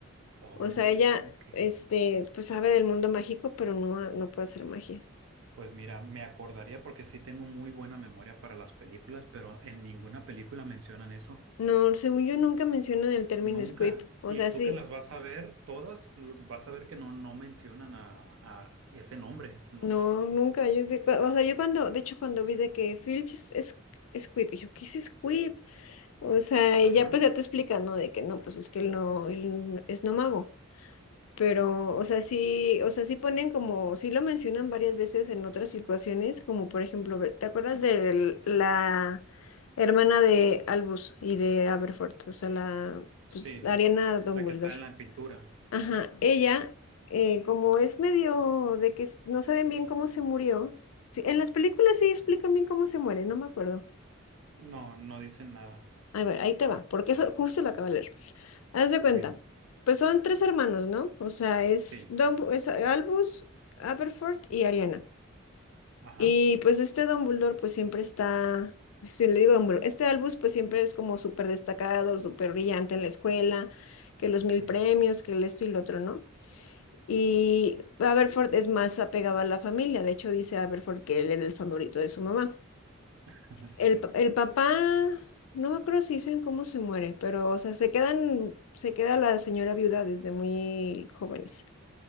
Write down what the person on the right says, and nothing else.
Oh,
ok.
Pues mira, me acordaría porque sí tengo muy buena memoria para las películas, pero en ninguna película mencionan eso,
nunca.
Y
tú
que las vas a ver todas, lo- vas a ver que no, no mencionan a, a ese nombre. No.
Ajá,
sí,
la que está en la pintura.
No, no dicen nada.
Uy,
sí,
ajá,
sí,
<laughs> sí,